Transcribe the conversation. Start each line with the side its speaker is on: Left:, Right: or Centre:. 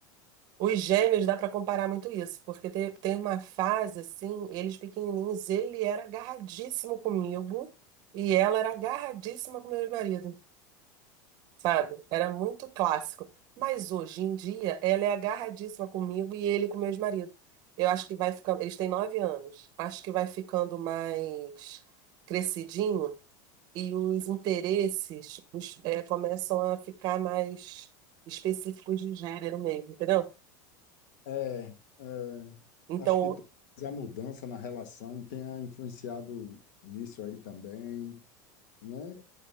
Right: Os gêmeos dá pra comparar muito isso, porque te- tem uma fase assim, eles pequenininhos, ele era agarradíssimo comigo e ela era agarradíssima com meu marido, sabe? Era muito clássico. Mas hoje em dia, ela é agarradíssima comigo e ele com meu marido. Eu acho que vai ficando, eles têm 9 anos. Acho que vai ficando mais crescidinho e os interesses os, é, começam a ficar mais específicos de gênero mesmo, entendeu?
Left: É, é,
Right: Então,
Left: acho que talvez a mudança na relação tenha influenciado nisso aí também, né?